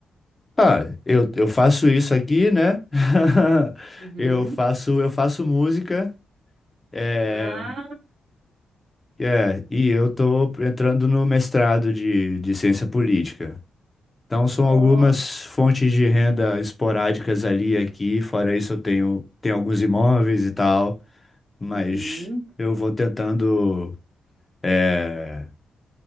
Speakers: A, on the left; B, on the right.
A: Ah, eu, eu faço isso aqui, né? <laughs>
B: Uhum.
A: Eu faço, eu faço música, é,
B: Ah,
A: é, e eu tô entrando no mestrado de, de ciência política. Então, são
B: oh,
A: algumas fontes de renda esporádicas ali e aqui. Fora isso, eu tenho, tenho alguns imóveis e tal, mas
B: uhum,
A: eu vou tentando, é,